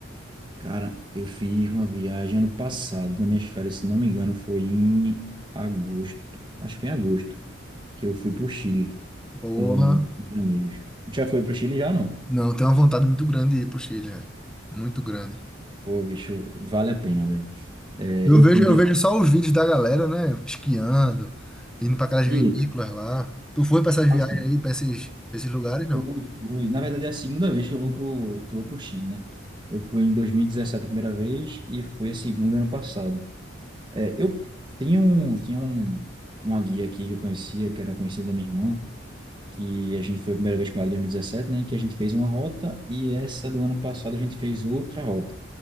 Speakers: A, on the right (about 25°); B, in the centre.
A: cara, eu fiz uma viagem ano passado, nas minhas férias, se não me engano, foi em agosto. Acho que foi em agosto, que eu fui para o Chile
B: Porra.
A: com amigos. Já foi para o Chile já, não?
B: Não, tenho uma vontade muito grande de ir pro Chile, velho. Muito grande.
A: Pô, bicho, vale a pena, velho. É,
B: Eu
A: eu
B: vejo,
A: fui
B: eu
A: na...
B: vejo só os vídeos da galera, né? Esquiando, indo para aquelas
A: E,
B: vinícolas lá. Tu foi para essas viagens
A: assim,
B: aí, para esses, pra esses lugares, não?
A: o- o- na verdade é a segunda vez que eu vou pro, que eu vou pro Chile, né? Eu fui em 2017 a primeira vez e fui a segunda ano passado. É, eu tinha um, tinha um, uma guia aqui que eu conhecia, que era conhecida da minha irmã, que a gente foi a primeira vez com ela em 2017, né? Que a gente fez uma rota e essa do ano passado a gente fez outra rota.